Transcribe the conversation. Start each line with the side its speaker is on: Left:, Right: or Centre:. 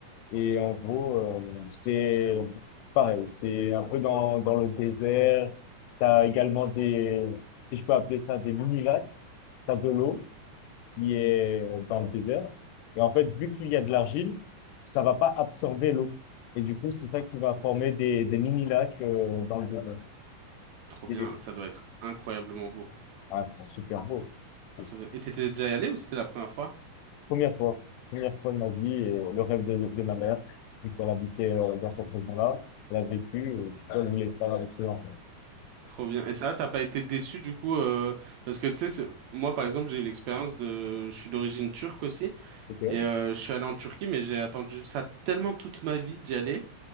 Left: Et en gros, euh, c'est pareil, c'est un peu dans, dans le désert. Tu as également des, si je peux appeler ça, des mini-lacs. Tu as de l'eau. qui est dans le désert. Et en fait, vu qu'il y a de l'argile, ça va pas absorber l'eau. Et du coup, c'est ça qui va former
Right: Ok.
Left: des, des mini-lacs euh, dans le désert.
Right: Trop
Left: C'est
Right: bien. Ça doit être incroyablement beau.
Left: ah, c'est super beau. C'est
Right: Trop bien. Et t'étais déjà allé ou c'était la première fois?
Left: première fois, première fois de ma vie et le rêve de, de ma mère. Du coup, elle habitait euh, dans cette région-là. Elle a vécu, euh, du coup, elle voulait le faire avec ses enfants.
Right: Trop bien. Et ça, t'as pas été déçu du coup euh, parce que tu sais, c'est- moi par exemple, j'ai eu l'expérience de, je suis d'origine turque aussi
Left: Ok.
Right: et euh, je suis allé en Turquie, mais j'ai attendu ça tellement toute ma vie d'y aller